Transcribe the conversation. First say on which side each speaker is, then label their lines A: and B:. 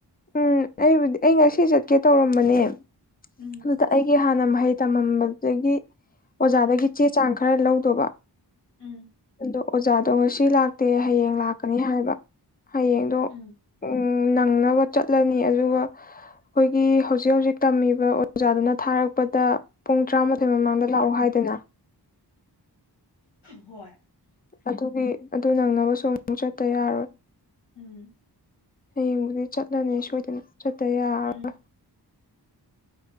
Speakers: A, on the left; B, on the left.
A: ꯎꯝ ꯑꯩꯕꯨꯗꯤ ꯑꯩ ꯉꯁꯤ ꯆꯠꯀꯦ ꯇꯧꯔꯝꯕꯅꯦ
B: ꯎꯝ
A: ꯑꯗꯨꯗ ꯑꯩꯒꯤ ꯍꯥꯟꯅ ꯃꯍꯩ ꯇꯝꯃꯝꯕꯗꯒꯤ ꯑꯣꯖꯥꯗꯒꯤ
B: ꯎꯝ
A: ꯆꯦ ꯆꯥꯡ ꯈꯔ ꯂꯧꯗꯧꯕ
B: ꯎꯝ
A: ꯑꯗꯣ ꯑꯣꯖꯥꯗꯣ ꯉꯁꯤ ꯂꯥꯛꯇꯦ ꯍꯌꯦꯡ ꯂꯥꯛꯀꯅꯤ ꯍꯥꯏꯕ ꯍꯌꯦꯡꯗꯣ
B: ꯎꯝ
A: ꯎꯝ ꯅꯪꯅꯕ ꯆꯠꯂꯅꯤ ꯑꯗꯨꯒ ꯑꯩꯈꯣꯏꯒꯤ ꯍꯧꯖꯤꯛ ꯍꯧꯖꯤ ꯇꯝꯃꯤꯕ ꯑꯣꯖꯥꯗꯨꯅ ꯊꯥꯔꯛꯄꯗ ꯄꯨꯡ ꯇꯔꯥꯃꯥꯊꯣꯏ ꯃꯃꯥꯡꯗ ꯂꯥꯛꯎ ꯍꯥꯏꯗꯅ
B: ꯍꯣꯏ
A: ꯑꯗꯨꯒꯤ ꯑꯗꯨ ꯅꯪꯅꯕꯁꯨ ꯑꯃꯨꯛ ꯆꯠꯇ ꯌꯥꯔꯣꯏ
B: ꯎꯝ
A: ꯍꯌꯦꯡꯕꯨꯗꯤ ꯆꯠꯂꯅꯤ ꯁꯣꯏꯗꯅ ꯆꯠꯇ ꯌꯥꯔ
B: ꯎꯝ